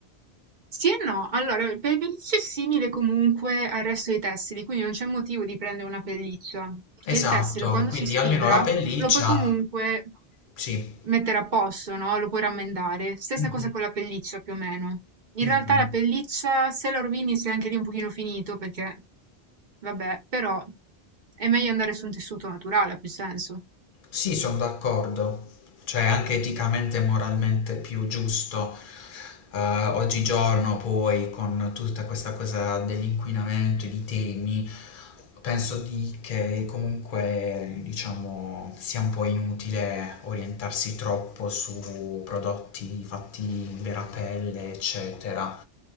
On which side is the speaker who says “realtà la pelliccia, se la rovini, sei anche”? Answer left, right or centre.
Right